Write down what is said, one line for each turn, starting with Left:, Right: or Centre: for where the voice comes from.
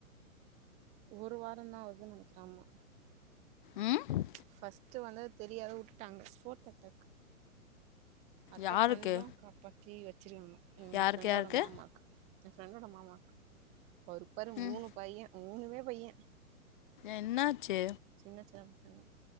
Right: ஒரு வாரந்தா ஆகுது நெனைக்கற ஆமா
Left: ம்
Right: ஃபஸ்ட்டு வந்தது தெரியாத உட்டுட்டாங்க ஃபோர்த் அட்டாக் அட்டாக்
Left: யாருக்கு
Right: வந்து காப்பாத்தி வெச்சிருவாங்க ஏ
Left: யாருக்கு
Right: ஃப்ரெண்டோட
Left: யாருக்கு
Right: மாமாக்கு எ ஃப்ரெண்டோட மாமாக்கு அவருக்கு பாரு
Left: ம்
Right: மூணு பையே மூணுமே பையே
Left: என்னாச்சு
Right: சின்ன சின்ன பசங்க